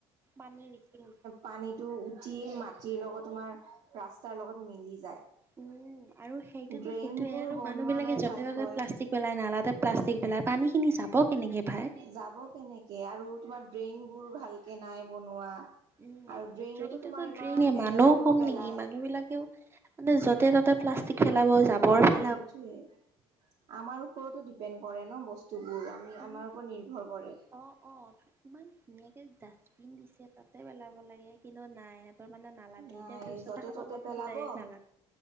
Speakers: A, on the right (about 20°); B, on the right (about 65°).
A: পানী নিছিলোঁ।
B: পানীতটো উঠি মাটিৰ লগত তোমাৰ ৰাস্তাৰ লগত মিলি যায়।
A: উম, আৰু সেইটোতো
B: ড্ৰেইন
A: সেইটোয়ে
B: বোৰ
A: আৰু
B: বনোৱা
A: মানুহ বিলাকে
B: নাই
A: য'তে
B: ভালকৈ
A: ত'তে প্লাষ্টিক পেলাই নালাতে প্লাষ্টিক পেলাই পানীখিনি জাবৰ কেনেকৈ ভাই।
B: যাব কেনেকে, আৰু তোমাৰ ড্ৰেইন বোৰ ভালকে নাই বনোৱা।
A: উম,
B: আৰু ড্ৰেইনতো
A: ড্ৰেইনটো
B: তোমাৰ ইমান
A: ড্ৰেইনে,
B: লেতেৰাবোৰ
A: মানুহো কম
B: পেলাই
A: নেকি, মানুহ বিলাকেও মানে য'তে-ত'তে প্লাষ্টিক পেলাব, জাবৰ
B: সেইটোৱে
A: পেলাব।
B: আমাৰ ওপৰতো ডিপেণ্ড কৰে ন বস্তুবোৰ, আমি
A: উম
B: আমাৰ ওপৰত নিৰ্ভৰ কৰে।
A: অ, অ, ইমান ধুনীয়াকে ডাষ্টবিন দিছে, তাতে পেলাব লাগে, কিন্তু নাই। <unintelligible> নালাতে,
B: নাই
A: এতিয়া জুচ
B: য'তে
A: এটা খাব
B: ত'তে
A: বটলটো
B: পেলাব
A: ডাইৰেক নালাত।